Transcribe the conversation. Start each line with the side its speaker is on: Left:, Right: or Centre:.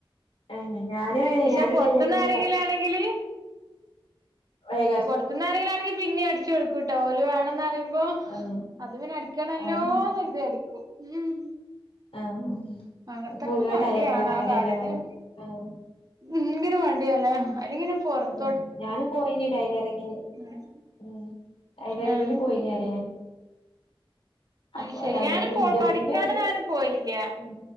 Left: ഏഹ് ഞാനും അങ്ങനെ
Right: പക്ഷെ
Left: ഞാനും
Right: പൊറത്തന്ന്
Left: ടൈലറിങ്
Right: ആരെങ്കിലും ആണെങ്കില്
Left: വെ
Right: പൊറത്ത്ന്ന് ആരെങ്കിലാണെങ്കി പിന്നീം അടിച്ചു കൊടുക്കൂട്ടോ. ഓല് വേണന്ന് പറയുമ്പോ.
Left: ആഹ്
Right: അത് പിന്നെ അടിക്കണല്ലോന്ന്
Left: ആഹ്
Right: കരുതി അടിക്കും ഉം.
Left: ആഹ്
Right: അങ്ങത്തർക്കും
Left: പൊതുവെ
Right: മടിയാണ്
Left: ടൈലർമാര് അങ്ങനെന്നെ
Right: ആ കാര്യത്തി
Left: ഭയങ്ക
Right: ഉം
Left: ആഹ്
Right: ഭയങ്കര മടിയല്ലേ അല്ലെങ്കിനെ പൊറത്ത്
Left: ഉ ഞാനും പോയിനീ ടൈലറിങ്ങിന്.
Right: ഉം
Left: ഉം ടൈലറിങ്ങിന്
Right: ആഹ്
Left: പോയി അറിയ ഞാൻ
Right: അത്
Left: അപ്പൊ
Right: ശരി
Left: ടൈലറിങ്
Right: ഞാനും പോ
Left: ന്റെത്തി
Right: പഠിക്കാനൊന്നും
Left: ന്റെ ത് വെ
Right: അങ്ങനെ പോയില്ല
Left: ഉം